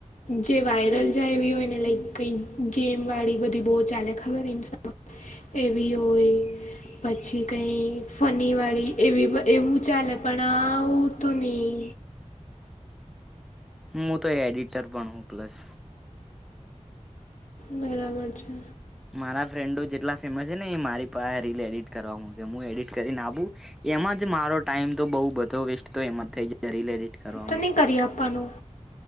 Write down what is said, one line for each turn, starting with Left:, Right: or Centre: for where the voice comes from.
Left: જે વાયરલ જાય એવી હોય ને લાઈક કંઈક ગેમ વાળી બધી બહુ ચાલે ખબર ઈન એવી હોય પછી કંઈ ફનીવાળી એવી એવું ચાલે પણ આવું તો ની.
Centre: મું તો એડિટર પણ હું પ્લસ
Left: બરાબર છે.
Centre: મારા ફ્રેન્ડો જેટલા ફેમસ છે ને એ મારી પાહે રીલ એડિટ કરવા મુકે મું એડિટ કરીને આપુ એમાં જ મારો ટાઈમ તો બહુ બધો વેસ્ટ તો એમાં જ થઈ જાય રીલ એડિટ કરવામાં.
Left: તો નહીં કરી આપવાનું.